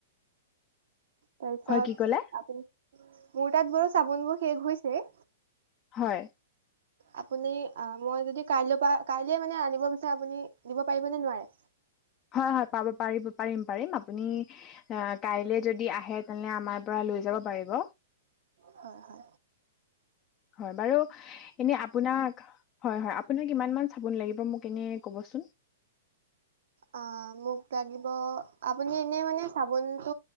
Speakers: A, on the right; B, on the left.
A: তাৰপিছত
B: হয় কি ক'লে
A: আপুনি মোৰ তাত বাৰু চাবোন বোৰ শেষ হৈছে
B: হয়
A: আপুনি মই যদি কাইলৈ কাইলে মানে আনিব বিচাৰো আপুনি দিব পাৰিবনে নোৱাৰে?
B: হয় হয় পাব পাৰিব পাৰিম পাৰিম আপুনি কাইলে যদি আহে তেনে আমাৰ পৰা লৈ যাব পাৰিব
A: অ অ
B: হয় বাৰু এনে আপোনাক হয় হয় আপোনাক কিমান মান চাবোন লাগিব মোক এনে কবচোন? চ <inaudible>
A: অ, মোক লাগিব আপুনি এনে মানে চাব চোন। ত,